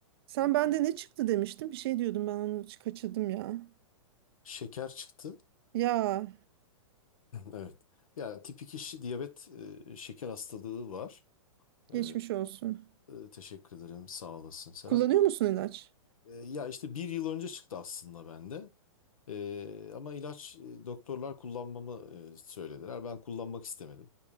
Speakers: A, on the right; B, on the left.
A: Sen bende ne çıktı demiştin? Bir şey diyordum ben onu kaçırdım ya.
B: Şeker çıktı. <clears throat>
A: Ya
B: Evet. Yani tip 2 diyabet e, şeker hastalığı var.
A: geçmiş
B: E,
A: olsun.
B: e, teşekkür ederim. Sağ olasın Serap.
A: Kullanıyor musun ilaç?
B: E, ya işte bir yıl önce çıktı aslında bende. E, ama ilaç e, doktorlar kullanmamı e, söylediler. Ben kullanmak istemedim.